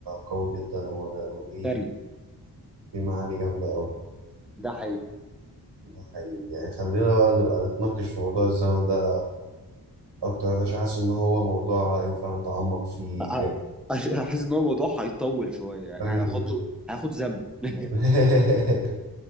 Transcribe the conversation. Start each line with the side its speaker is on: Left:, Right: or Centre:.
Right: قوي جدا و- وليه
Centre: سري
Right: ليه معاني جامدة أوي
Centre: ده حقيقي
Right: ده حقيقي يعني خلينا بقى نبقى نتناقش في موضوع الزمن ده اكتر عشان حاسس ان هو موضوع ينفع نتعمق فيه
Centre: أ- أ-
Right: جامد
Centre: أش- احس ان هو موضوع هيطول شويه يعني
Right: أيوة.
Centre: هياخد له هياخد زمن <laughs>
Right: <laughs>